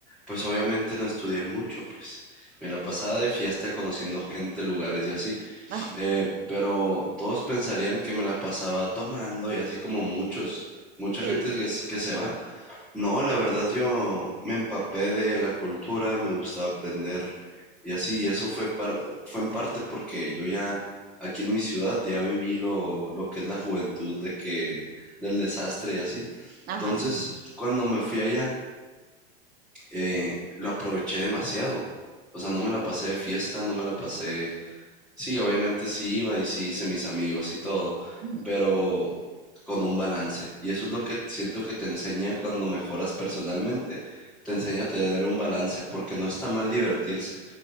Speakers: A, in the centre; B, on the right.
A: pues obviamente no estudié mucho, pues me la pasaba de fiesta conociendo gente, lugares y así.
B: ajá,
A: Eh, pero todos pensarían que me la pasaba tomando y así como muchos, mucha
B: sí,
A: gente que, se- que se va. No, la verdad yo me empapé de la cultura, me gustaba aprender. Y así, eso fue, par- fue en parte porque yo ya, aquí en mi ciudad, ya viví lo, lo que es la juventud de que, del desastre y así.
B: ajá.
A: Entonces, cuando me fui allá, eh, lo aproveché demasiado. O sea, no me la pasé de fiesta, no me la pasé... Sí, obviamente sí iba y sí hice mis amigos y todo,
B: ujú.
A: pero con un balance. Y eso es lo que siento que te enseña cuando mejoras personalmente. Te enseña a tener un balance, porque no está mal divertirse.